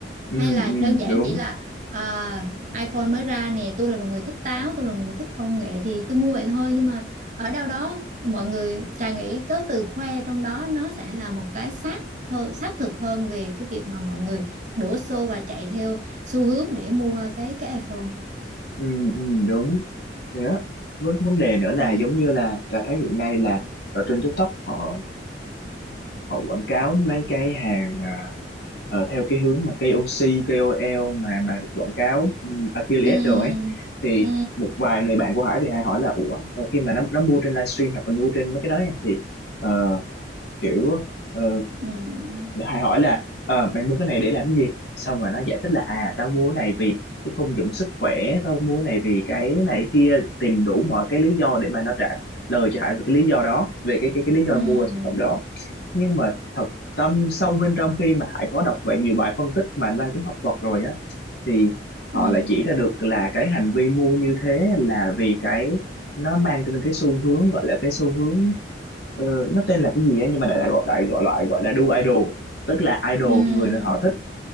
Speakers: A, on the left (about 60°); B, on the right (about 40°).
A: ừ,
B: hay là
A: ừ,
B: đơn giản
A: đúng
B: chỉ là à, iPhone mới ra nè tôi là một người thích táo tôi là một người thích công nghệ thì tôi mua vậy thôi nhưng mà ở đâu đó mọi người trà nghĩ có từ khoe trong đó nó sẽ là một cái xác hơn xác thực hơn về cái việc mà mọi người đổ xô và chạy theo xu hướng để mua cái cái iPhone
A: ừ, ừ, đúng thế á vấn vấn đề nữa là
B: ừ
A: giống như là Trà thấy hiện nay là ở trên TikTok họ họ quảng cáo mấy cái hàng à, ờ, theo cái hướng mà KOC, KOL mà mà được quảng cáo ừm, affiliate
B: ừ
A: rồi ấy thì
B: ừ
A: một vài người bạn của Hải thì Hải hỏi là ủa ờ, khi mà nó nó mua trên livestream hoặc là mua trên mấy cái đó nha thì ờ, kiểu ờ,
B: ừ
A: Hải hỏi là ờ, mày mua cái này để làm gì xong rồi nó giải thích là à tao mua cái này vì cái công dụng sức khỏe tao mua cái này vì cái này cái kia tìm đủ mọi cái lý do để mà nó trả lời cho Hải về cái lý do đó về cái cái cái lý do
B: ừ
A: mua sản phẩm đó nhưng mà thật tâm sâu bên trong khi mà Hải có đọc vậy nhiều bài phân tích mà mang tính học thuật rồi á thì
B: ừ
A: họ lại chỉ ra được là cái hành vi mua như thế là vì cái nó mang trên cái xu hướng gọi là cái xu hướng ờ, nó tên là cái gì á nhưng mà đại đại gọi đại gọi loại gọi là đu idol tức là idol
B: ừ
A: người họ thích